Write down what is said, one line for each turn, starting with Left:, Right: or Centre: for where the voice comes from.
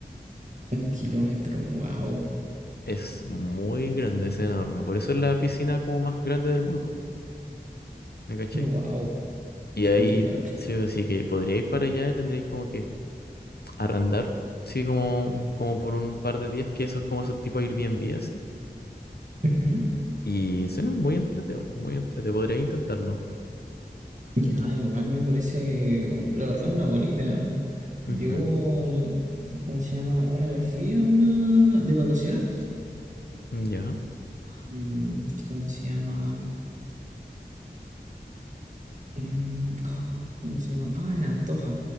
Right: Un kilómetro, wow.
Left: Es muy grande, es enorme. Por eso es la piscina como más grande del mundo, ¿me cachai?
Right: Wow,
Left: Y
Right: sí
Left: ahí
Right: te cacho.
Left: sí o sí que podríais para allá, tendríais como que arrendar, sí, como, un- como por un par de días, que eso es como esos tipos Airbnb así.
Right: Ujú.
Left: Y sí muy entretenido, muy entretenido. Podría intentarlo.
Right: Ya, igual me parece, la verdad, una buena idea. Yo,
Left: Ujú,
Right: ¿cómo se llama? Una vez fui a una de vacaciones.
Left: Ya.
Right: Mm, ¿Cómo se llama? Em, ah, ¿cómo se llama? Ah, en Antofa.